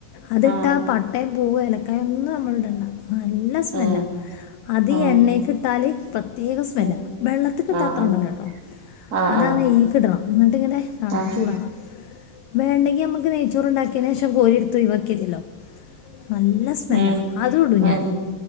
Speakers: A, on the left; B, on the right.
A: അതിട്ടാ
B: ആഹ്
A: പട്ടേം പൂവ് എലക്കായ ഒന്നും നമ്മള് ഇടണ്ട നല്ല സ്മെല്ലാ
B: ഉം
A: അത്
B: ഉം
A: എണ്ണേക്ക് ഇട്ടാല് പ്രത്യേക സ്മെല്ല
B: ഉം
A: വെള്ളത്ത് ക്ക്ട്ടാ
B: ആഹ്
A: അത്ര ഉണ്ടാവൂല്ല ട്ടോ
B: ആഹ്
A: അതാ
B: ആഹ്
A: നെയ്ക്ക്ടണം എന്നിട്ട്ങ്ങനെ <unintelligible>
B: ആഹ്
A: ചൂടാണം വേണ്ടങ്കിൽ അമ്മ ചോറ് ഉണ്ടാക്കിയെന് ശേഷം കോരി ട്തു ഒയിവാക്ക്യത്യല്ലോ നല്ല സ്മെല്ലാ
B: ഉം
A: അത് ഇടും
B: ഉം
A: ഞാൻ
B: ഉം